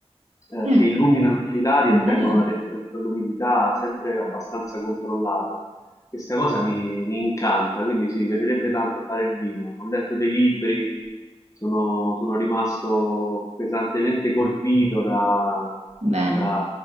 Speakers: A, on the left; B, on the right.
A: eh,
B: mm,
A: che illuminano i filari
B: bello,
A: e tengono la temperatura e l'umidità sempre abbastanza controllata. Questa cosa mi, mi incanta, quindi sì, mi piacerebbe tanto fare il vino. Ho letto dei libri, sono, sono rimasto pesantemente colpito da,
B: bene,
A: da